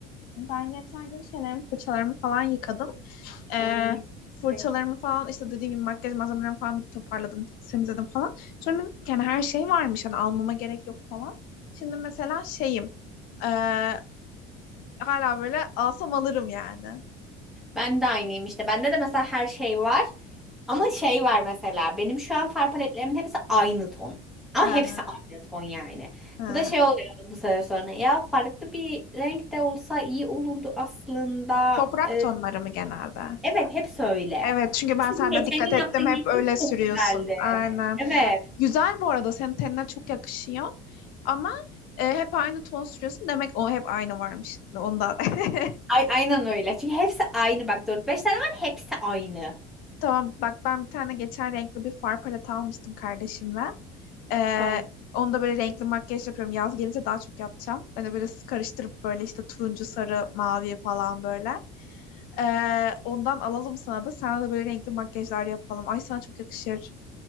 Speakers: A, on the left; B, in the centre.
A: ben geçen gün şeylerimi fırçalarımı falan yıkadım. Eee,
B: Ay benim
A: fırçalarımı
B: de.
A: falan işte dediğim gibi makyaj malzemelerimi falan bir toparladım temizledim falan. Sonra dedim ki, yani her şey varmış hani almama gerek yok falan. Şimdi mesela şeyim eee, Hala böyle alsam alırım yani.
B: Ben de aynıyım işte. Bende de mesela her şey var. Ama şey var mesela. Benim şu an far paletlerimin hepsi aynı ton. Ama
A: Ha,
B: hepsi aynı ton yani.
A: ha.
B: Bu da şey oluyor bu sefer sonra. Ya farklı bir renk de olsa iyi olurdu aslında.
A: Toprak
B: Ee,
A: tonları mı genelde?
B: evet hepsi öyle.
A: Evet çünkü ben
B: Senin
A: sende
B: geçen
A: dikkat
B: gün yaptığın
A: ettim hep
B: yeşil
A: öyle sürüyorsun.
B: çok güzeldi.
A: Aynen.
B: Evet.
A: Güzel bu arada senin tenine çok yakışıyor. Ama e, hep aynı ton sürüyorsun. Demek o hep aynı varmış. Onda. <laughs>
B: Ay, aynen öyle. Çünkü hepsi aynı. Bak dört beş tane var hepsi aynı.
A: Tamam bak ben bir tane geçen renkli bir far paleti almıştım kardeşimle. Ee,
B: Tamam.
A: onu böyle renkli makyaj yapıyorum. Yaz gelince daha çok yapacağım. Hani böyle karıştırıp böyle işte turuncu, sarı, mavi falan böyle. Ee, ondan alalım sana da. Sana da böyle renkli makyajlar yapalım. Ay sana çok yakışır.